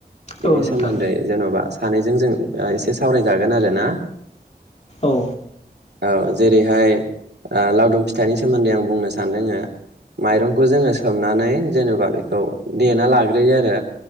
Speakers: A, on the right; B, on the left.
A: बेनि
B: औ नोंथां
A: सोमोन्दै जेन'बा सानैजों जों एसे सावरायजागोन आरो ना
B: औ
A: औ जेरैहाय आ लावदुम फिथाइनि सोमोन्दै आं बुंनो सानदोंनो माइरंखौ जोङो सोमनानै जेनेबा बेखौ देना लाग्रोयो आरो